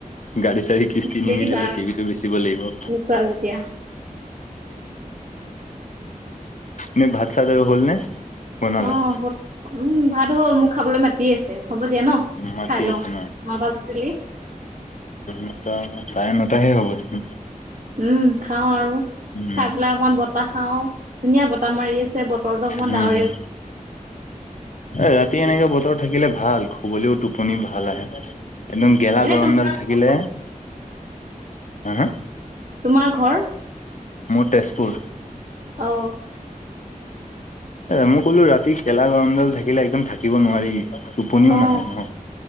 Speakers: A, on the left; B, on the right.
A: গাড়ী চাড়ী কিস্তি
B: বিচাৰি
A: নিমিলিলে
B: দিবা আৰু
A: টিভিটো বেচিব লাগিব। উ,
B: নোচোৱা যেতিয়া
A: এনে ভাত চাত আৰু হ'ল নে? বনালা
B: অ' উম, ভাত হ'ল, মোক খাবলৈ মাতি আছে। হ'ব দিয়া ন'
A: মাতি
B: খাই লওঁ।
A: আছে ন
B: ন'টা বাজিলি।
A: নটা চাৰে নটাহে হ'ব দেখোন।
B: উম, খাওঁ আৰু,
A: উম
B: খাই পেলাই অকমান বতাহ খাও। ধুনীয়া বতাহ মাৰি আছে। চে বতৰটো অকমান
A: উম,
B: ডাৱৰে
A: হম, এ ৰাতি এনেকে বতৰ থাকিলে ভাল, খুবলৈ টোপনি ভাল আহে। একদম
B: উম
A: গেলা
B: এনে
A: গৰমডাল
B: তোমাৰ
A: থাকিলে,
B: ঘৰ ক'ত
A: হু হু?
B: তোমাৰ ঘৰ?
A: মোৰ তেজপুৰ।
B: অ'।
A: মই ক'লো ৰাতি গেলা গৰমজাল থাকি থাকিলে একদম থাকিব নোৱাৰি টোপনিও
B: অ
A: নাহে নহ